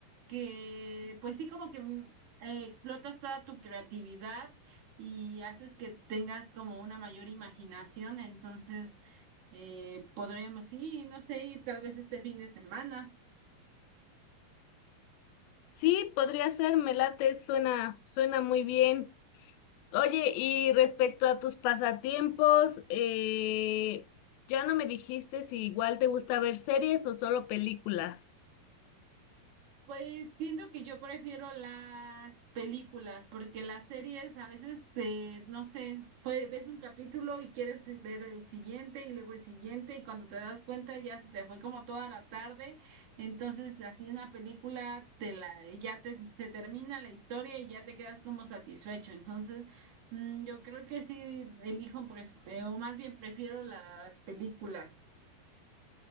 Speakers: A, on the right; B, on the left.
A: que, pues sí, como que mm, eh, explotas toda tu creatividad y haces que tengas como una mayor imaginación, entonces eh, podremos, sí, no sé, ir tal vez este fin de semana.
B: Sí, podría ser, me late, suena, suena muy bien. Oye, y respecto a tus pasatiempos, eh, ya no me dijiste si igual te gusta ver series o solo películas.
A: Pues siento que yo prefiero las películas, porque las series a veces, eh, no sé, pues, ves un capítulo y quieres ver el siguiente y luego el siguiente y cuando te das cuenta ya se te fue como toda la tarde. Entonces, así una película te la, ya te, se termina la historia y ya te quedas como satisfecho. Entonces, mm, yo creo que sí elijo, pref- eh, o más bien prefiero las películas.